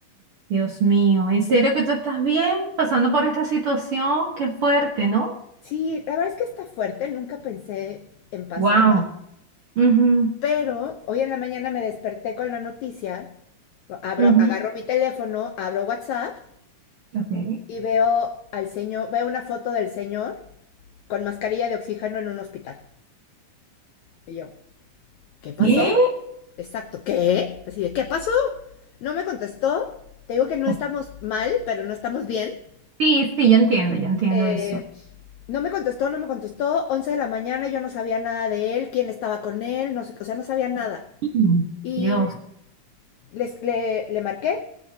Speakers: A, on the right; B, on the left.
A: Dios mío, ¿en serio que tú estás bien pasando por esta situación? Qué fuerte, ¿no?
B: Sí, la verdad es que está fuerte, nunca pensé en pasarla
A: Wow. Mhm.
B: Pero hoy en la mañana me desperté con la noticia, abro,
A: Mhm.
B: agarro mi teléfono, abro WhatsApp
A: Okay.
B: y veo al señor, veo una foto del señor con mascarilla de oxígeno en un hospital. Y yo, ¿qué pasó?
A: ¿Qué?
B: Exacto, ¿qué? Así de, ¿qué pasó? No me contestó. Te digo que no
A: Ok.
B: estamos mal, pero no estamos bien.
A: Sí, sí, yo entiendo, yo entiendo
B: Eh,
A: eso.
B: no me contestó, no me contestó. 11 de la mañana yo no sabía nada de él, quién estaba con él, no sé, o sea, no sabía nada.
A: Mm.
B: Y
A: Dios.
B: les- le, le marqué